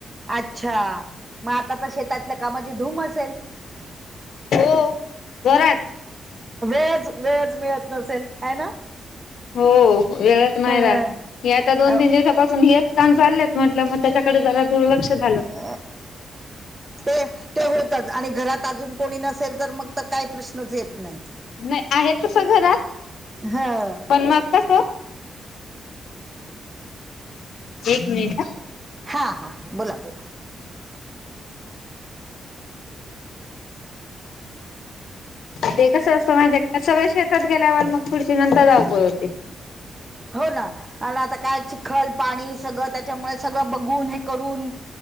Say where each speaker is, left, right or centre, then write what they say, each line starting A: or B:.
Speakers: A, on the right; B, on the left.
A: अच्छा! म आता तर शेतातल्या कामाची धूमच सेल?
B: हो. जोरात
A: वेळच वेळच मिळत नसेल‌ हाय ना?
B: हो वेळच नाय
A: अं,
B: राहत हे आता दोन
A: अं,
B: तीन दिवसापासून हेच काम चाललेत म्हटलं म त्याच्याकडे जरा दुर्लक्ष झालं.
A: <unintelligible> ते ते होतच आणि घरात अजून कोणी नसेल तर मग तर काय प्रश्नच येत नाय.
B: नाय आहेत तस घरात
A: ह
B: पण मग कस एक मिनिट अ.
A: हां हां बोला बोला.
B: ते कसं असतं माहित त्यात सगळे शेतात गेल्यावर मग थूडीशी नंतर धावपळ होते.
A: हो ना अन् आता काय चिखल पाणी सगळं त्याच्यामुळे सगळं बघून हे करून